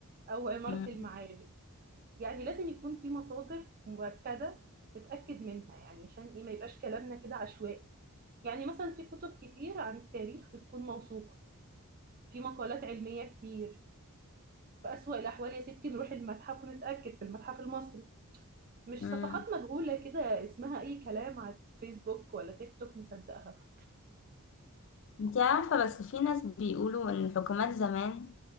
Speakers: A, on the right (about 40°); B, on the left (about 55°).
A: أو عمارة
B: مم.
A: المعابد يعني لازم يكون في مصادر مؤكدة نتأكد منها يعني عشان إيه ما يبقاش كلامنا كده عشوائي يعني مثلا في كتب كتير عن التاريخ بتكون موثوقة في مقالات علمية كتير في أسوأ الأحوال يا ستي نروح المتحف ونتأكد في المتحف المصري مش
B: مم.
A: صفحات مجهولة كده اسمها أي كلام على فيسبوك ولا تيك توك نصدقها
B: انتي عارفة بس في ناس بيقولوا إن الحكومات زمان